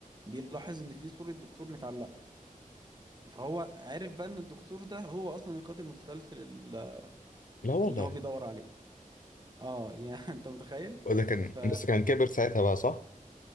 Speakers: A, on the right; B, on the left.
A: بيلاحظ ان في صوره دكتور متعلقه فهو عارف بقى ان الدكتور ده هو اصلا القاتل المتسلسل ال-
B: لا والله
A: اللي هو بيدور عليه اه يعني <laughs> انت متخيل
B: وده كان
A: ف
B: بس كان كبر ساعتها بقى صح؟